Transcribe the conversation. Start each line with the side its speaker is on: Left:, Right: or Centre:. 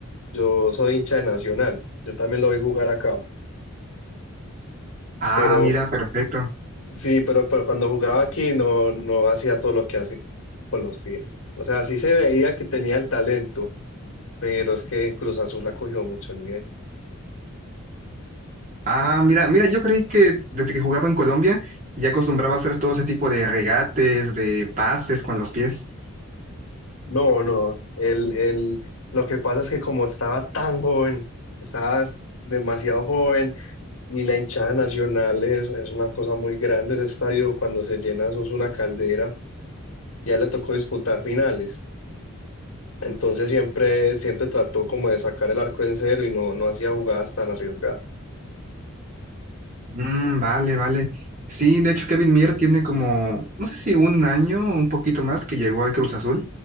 Left: Yo soy hincha de Nacional, yo también lo vi jugar acá,
Right: Ah,
Left: pero
Right: mira, perfecto.
Left: sí, pero, pero cuando jugaba aquí no, no hacía todo lo que hace con los pies. O sea, sí se veía que tenía el talento, pero es que Cruz Azul ha cogido mucho nivel.
Right: Ah, mira, mira, yo creí que desde que jugaba en Colombia ya acostumbraba a hacer todo ese tipo de regates, de pases con los pies.
Left: No, no, el, el, lo que pasa es que como estaba tan joven, estaba demasiado joven, Y la hinchada nacional es, es una cosa muy grande. Ese estadio, cuando se llena, eso es una caldera. Ya le tocó disputar finales. Entonces siempre, siempre trató como de sacar el arco en cero y no, no hacía jugadas tan arriesgadas.
Right: Mm, vale, vale. Sí, de hecho Kevin Mier tiene como, no sé si un año, un poquito más que llegó al Cruz Azul,